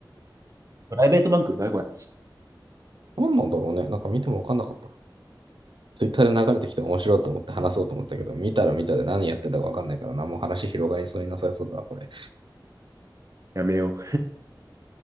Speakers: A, on the right; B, on the right.
A: プライベートバンク何これ
B: なんなんだろうね。なんか見てもわかんなかった。ツイッターで流れてきて面白いと思って話そうと思ったけど、見たら見たで何やってたかわかんないからな、何もう話広がりそうになさそうだな、これ。
A: やめよ